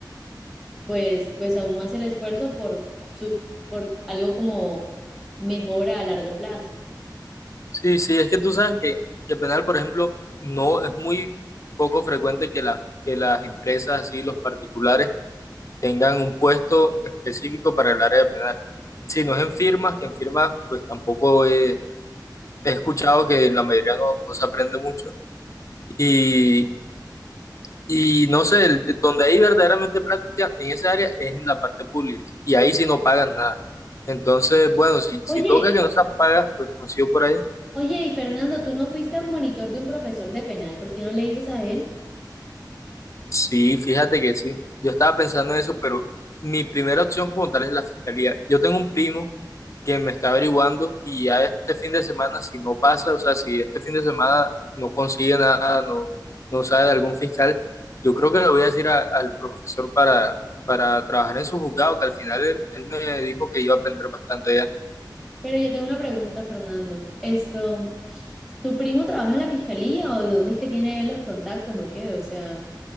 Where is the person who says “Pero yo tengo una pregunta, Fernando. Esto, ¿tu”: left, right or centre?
Centre